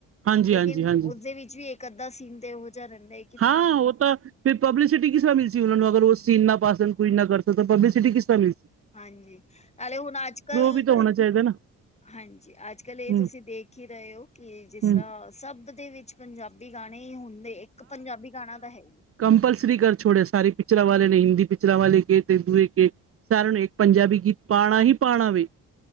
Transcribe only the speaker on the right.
ਹਾਂਜੀ
ਹਾਂਜੀ ਹਾਂਜੀ
ਹਾਂ ਉਹ ਤਾਂ ਫਿਰ ਪਬਲੀਸਿਟੀ ਕਿਸ ਤਰਾ ਮਿਲ ਉਹਨਾ ਨੂੰ ਅਗਰ ਉਹ ਸੀਨ ਨਾ ਪਾਸ ਕੋਈ ਨਾ ਕਰ ਸਕਾ ਤਾਂ ਪਬਲੀਸਿਟੀ ਕਿਸ ਤਰ੍ਹਾਂ ਮਿਲ ਸਕੇ
ਵੀ ਤਾਂ ਹੋਣਾ ਚਾਹੀਦਾ ਨਾ
ਹੂੰ
ਹੂੰ
ਕੰਪਲਸਰੀ ਕਰ ਛੋੜੇ ਸਾਰੇ ਪਿਚਰਾਂ ਵਾਲੇ ਨੇ ਹਿੰਦੀ ਪਿਚਰਾਂ ਵਾਲੇ ਕੇ ਤੇ ਦੂਏ ਕੇ ਸਾਰਿਆਂ ਨੂੰ ਇੱਕ ਪੰਜਾਬੀ ਗੀਤ ਪਾਣਾ ਈ ਪਾਣਾ ਵੇ।